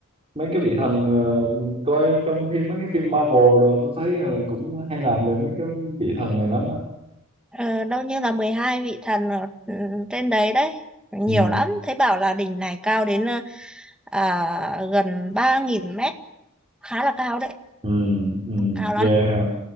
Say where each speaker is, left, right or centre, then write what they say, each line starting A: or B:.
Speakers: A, on the right; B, in the centre.
A: mấy cái vị thần ờ, coi trong phim mấy cái phim Marvel rồi tôi thấy ờ, cũng hay làm về mấy cái vị thần này lắm á
B: Ờ, đâu như là 12 vị thần ở ừ, trên đấy đấy nhiều
A: ừ
B: lắm thấy bảo là đỉnh này cao đến ờ, à, gần ba nghìn mét khá là cao đấy
A: ừ ừ
B: cao lắm
A: yeah ha.